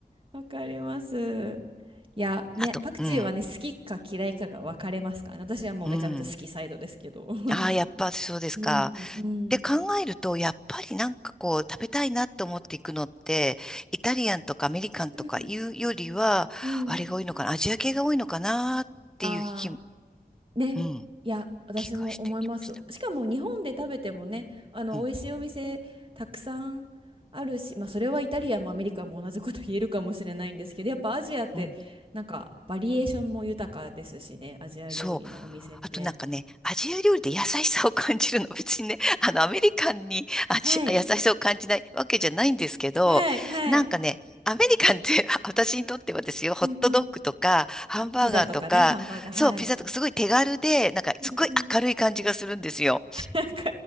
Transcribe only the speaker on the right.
わかります。いや、ね、
パクチーはね、
好きか嫌いかが分かれますからね。私はもうめちゃめちゃ好きサイドですけど。
<laughs>
うん、うん、
うん、うん。
ああ、ね。
いや、私も思います。
しかも日本で食べてもね、あの、
美味しいお店たくさんあるし、まあ、それはイタリアもアメリカも同じこと言えるかもしれないんですけど、やっぱアジアって、
なんか、バリエーションも豊かですしね、アジア料理のお店って。
はい。はい。はい。
うんうん。
ピザとかね、ハンバーガー。はい。
うんうん。<laughs> なんか